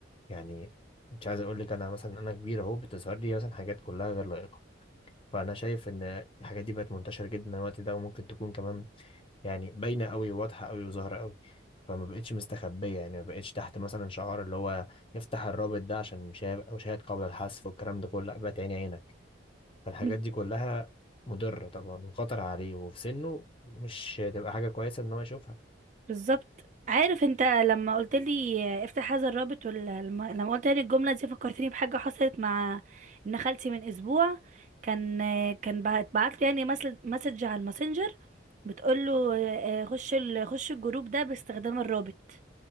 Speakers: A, on the left; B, on the right.
A: يعني مش عايز اقول لك انا مثلا انا كبير اهو بتظهر لي مثلا حاجات كلها غير لائقة فانا شايف ان الحاجات دي بقت منتشره جدا الوقت ده وممكن تكون كمان يعني باينه قوي واضحه قوي وظاهره قوي فما بقتش مستخبيه يعني ما بقتش تحت مثلا شعار اللي هو يفتح الرابط ده عشان مشاهد او شاهد قبل الحذف والكلام ده كله لا بقت عيني عينك فالحاجات
B: مم.
A: دي كلها مضره طبعا وخطر عليه وفي سنه مش هتبقى حاجه كويسه ان هو يشوفها
B: بالظبط عارف انت لما قلت لي افتح هذا الرابط ولا لما لما قلت لي الجمله دي فكرتني بحاجه حصلت مع ابن خالتي من اسبوع كان كان بعت بعت لي يعني مسل- مسج على الماسنجر بتقول له اه، آه، خش ال- خش الجروب ده باستخدام الرابط